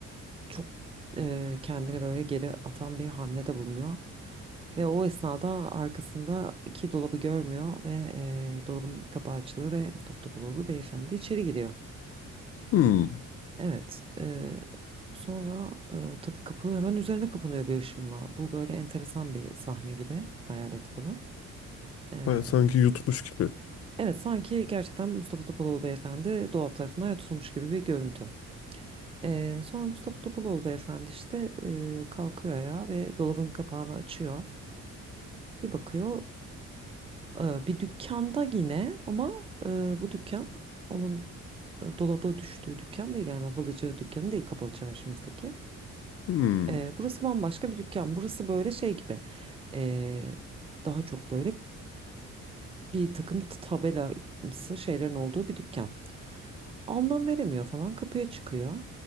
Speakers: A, on the right; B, on the left.
A: çok eee kendini böyle geri atan bir hamlede bulunuyor. Ve o esnada arkasındaki dolabı görmüyor ve eee, dolabın kapağı açılıyor ve Mustafa Topaloğlu beyefendi içeri giriyor.
B: Hmm.
A: Evet. eee, sonra eee, tabii kapı hemen üzerine kapanıyor bir ışımla. Bu böyle enteresan bir sahne gibi. Hayal et bunu. Eee,
B: Ben sanki yutmuş gibi.
A: evet sanki gerçekten Mustafa Topaloğlu beyefendi dolap tarafından tutulmuş gibi bir görüntü. Eee, sonra Mustafa Topaloğlu beyefendi işte eee, kalkıyor ayağa ve dolabın kapağını açıyor. Bir bakıyor Ee, Bir dükkanda yine ama e, bu dükkan onun e, dolaba düştüğü dükkan değil yani o halıcı dükkanı değil kapalı çarşımızdaki.
B: Hmm.
A: Ee, burası bambaşka bir dükkan. Burası böyle şey gibi e, daha çok böyle bir takım t- tabelası şeylerin olduğu bir dükkan. Anlam veremiyor falan kapıya çıkıyor